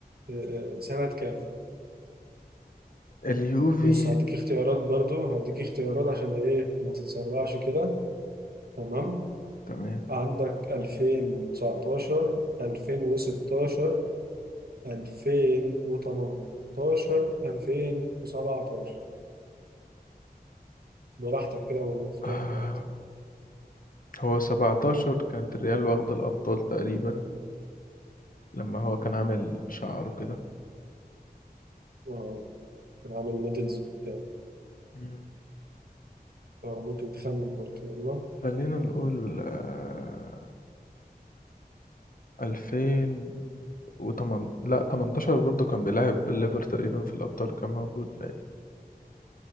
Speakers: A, on the right; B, on the left.
A: أه سنة كام؟
B: اليوفي
A: بص هديك اختيارات برضو هديك اختيارات عشان ايه ما تتسرعش كده تمام
B: تمام
A: عندك 2019 2016 2018 2017 براحتك كده واختار
B: آه
A: براحتك
B: هو 17 كانت الريال واخدة الأبطال تقريبا لما هو كان عامل شعره كده
A: اه أنا عامل مودلز وبتاع
B: مم.
A: آه، ممكن تخمن برضو يلا
B: خلينا نقول آه، ألفين وتمن لا تمنتاشر برضه كان بيلعب الليفر تقريبا في الأبطال كان موجود بقى